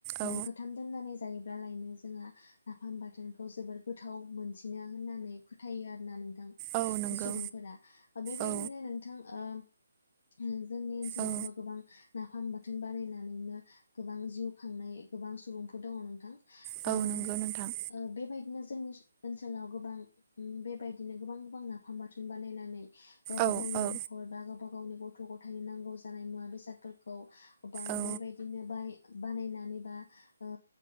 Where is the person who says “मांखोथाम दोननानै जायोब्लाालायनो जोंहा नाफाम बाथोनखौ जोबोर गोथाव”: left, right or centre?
Left